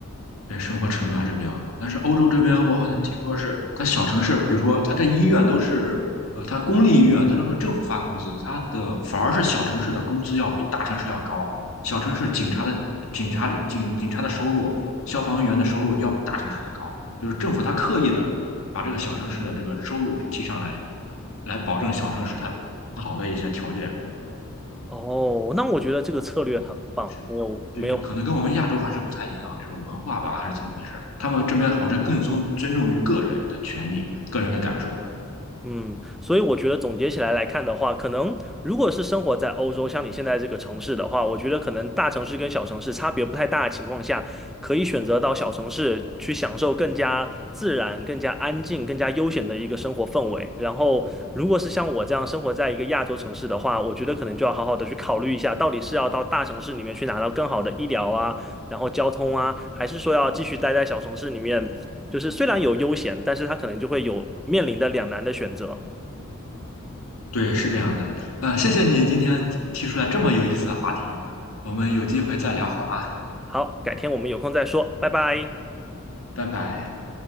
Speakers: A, on the left; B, in the centre.
A: 对，生活成本还是比较高。但是欧洲这边，我好像听说是它小城市，比如说它这医院都是，呃，它公立医院它都是政府发工资，它的反而是小城市的工资要比大城市要高。小城市警察的警察警警察的收入，消防员的收入要比大城市的高，就是政府它刻意的把这个小城市的这个收入提上来，来保证小城市它有好的一些条件。
B: 哦，那我觉得这个策略很棒，
A: 对，是，
B: 没有没有
A: 对对，可能跟我们亚洲还是不太一样，这种文化吧，还是怎么回事儿？他们这边好像更尊尊重于个人的权利、个人的感受。
B: 嗯，所以我觉得总结起来来看的话，可能如果是生活在欧洲，像你现在这个城市的话，我觉得可能大城市跟小城市差别不太大的情况下，可以选择到小城市去享受更加自然、更加安静、更加悠闲的一个生活氛围。然后，如果是像我这样生活在一个亚洲城市的话，我觉得可能就要好好的去考虑一下，到底是要到大城市里面去拿到更好的医疗啊，然后交通啊，还是说要继续待在小城市里面？就是虽然有悠闲，但是他可能就会有面临的两难的选择。
A: 对，是这样的。啊、谢谢你今天提出来这么有意思的话题，我们有机会再聊好吗？
B: 好，改天我们有空再说，拜拜。
A: 拜拜。